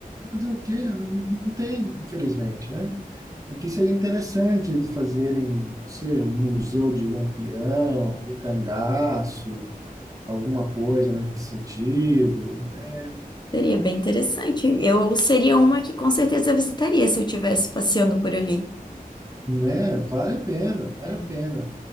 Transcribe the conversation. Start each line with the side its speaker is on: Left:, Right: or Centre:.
Right: fazer o quê? Não, não tem, infelizmente, né? Aqui seria interessante eles fazerem, não sei, um museu de Lampião, do cangaço, alguma coisa nesse sentido, é,
Left: Seria bem interessante. Eu seria uma que com certeza visitaria se eu estivesse passeando por ali.
Right: né? Vale a pena, vale
Left: É,
Right: a pena.